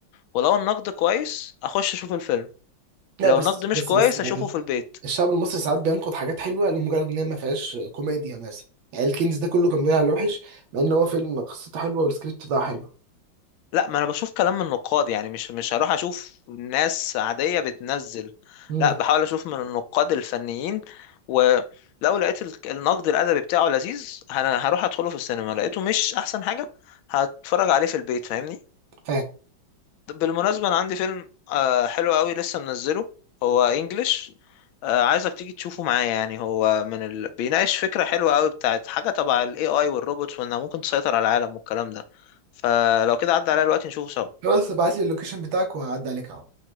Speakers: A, on the left; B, on the right.
A: ولو النقد كويس اخش اشوف الفيلم
B: لا
A: لو
B: بس
A: النقد
B: بس
A: مش كويس
B: بس
A: اشوفه
B: يعني
A: في البيت
B: الشعب المصري ساعات بينقد حاجات حلوه لمجرد ان هي ما فيهاش كوميديا مثلا يعني الكنز ده كله كان بيلعب على الوحش مع ان هو فيلم قصته حلوه والسكريبت بتاعه حلو
A: لا ما انا بشوف كلام من النقاد يعني مش مش هروح اشوف ناس عادية بتنزل
B: امم
A: لا بحاول اشوف من النقاد الفنيين ولو لقيت ال- النقد الادبي بتاعه لذيذ انا هروح ادخله في السينما لقيته مش احسن حاجة هتفرج عليه في البيت فاهمني
B: فاهم
A: بالمناسبة انا عندي فيلم آه، حلو قوي لسه منزله هو انجلش آه، عايزك تيجي تشوفه معايا يعني هو من ال... بيناقش فكرة حلوة قوي بتاعت حاجة تبع الاي اي والروبوتس وانها ممكن تسيطر على العالم والكلام ده فلو كده عدى عليا الوقت نشوفه سوا
B: خلاص ابعت لي اللوكيشن بتاعك وهعدي عليك اهو